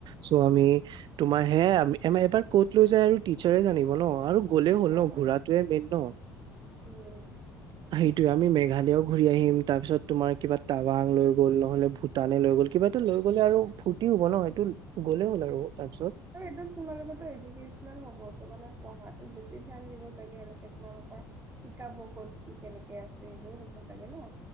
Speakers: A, on the right; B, on the right.
A: চ' আমি তোমাৰ হে আম আমাৰ এবাৰ কত লৈ যাই আৰু টিচাৰে জানিব ন আৰু গ'লেই হ'ল ন
B: হয়
A: ঘোৰাটোৱে মেইন ন।
B: উম।
A: সেইটোয়ে আমি মেঘালয়ও ঘূৰি আহিম তাৰ পিছত তোমাৰ কিবা াব ৱং লৈ গ'ল নহ'লে ভূটানে লৈ গ'ল কিবা এটা লৈ গ'লে আৰু ফূৰ্তি হ'ব ন।
B: অ'
A: গ'লেই হ'ল
B: আৰু
A: তাৰপিছত
B: এইটো তোমালোকো এডুকেচনেল হব তো মানে পঢ়াত বেছি ধ্যান দিব চাগে এনেকে তোমালোকৰ শিকাব ক'ত কি কেনেকে আছে সবোৰ হ'ব চাগে ন।